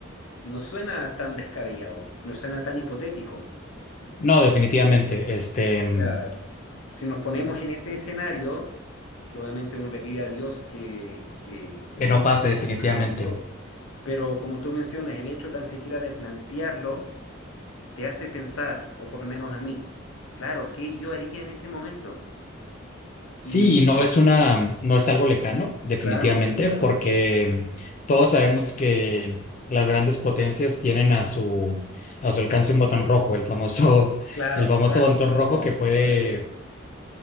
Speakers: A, on the left (about 85°); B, on the left (about 40°).
A: No suena tan descabellado, no suena tan hipotético.
B: No, definitivamente, este,
A: O
B: mm,
A: sea, si nos ponemos
B: es-
A: en ese escenario, que obviamente uno le pide a Dios que, que, que
B: que
A: nunca
B: no pase
A: lleguemos
B: definitivamente.
A: a esto, pero como tú mencionas, el hecho tan siquiera de plantearlo te hace pensar, o por lo menos a mí, claro, ¿qué yo haría en ese momento?
B: Sí,
A: Y
B: y no es una, no es algo lejano, definitivamente,
A: claro, claro,
B: porque todos sabemos que las grandes potencias tienen a su, a su alcance un botón rojo, el famoso,
A: claro,
B: <laughs> el famoso
A: claro,
B: botón rojo
A: claro,
B: que puede,
A: correcto.